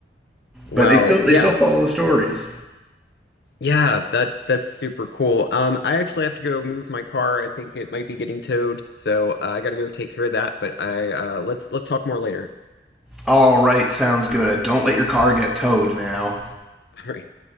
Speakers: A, on the left (about 60°); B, in the centre.
A: wow,
B: but they still they
A: yeah.
B: still follow the stories
A: Yeah, that that's super cool. Um, I actually have to go move my car. I think it might be getting towed, so uh, I gotta go take care of that. But I uh, let's let's talk more later.
B: all right sounds good don't let your car get towed now
A: <laughs> All right.